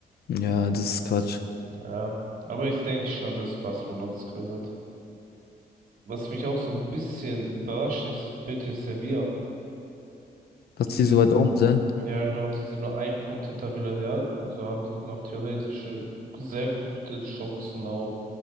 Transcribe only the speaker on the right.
Ja, aber ich denke schon, dass Barcelona das gewinnen wird. Was mich auch so ein bisschen überrascht ist, Betis Sevilla.
Die,
ja genau, die sind nur ein Punkt hinter Villarreal. Also haben sie noch theoretische sehr gute Chancen auf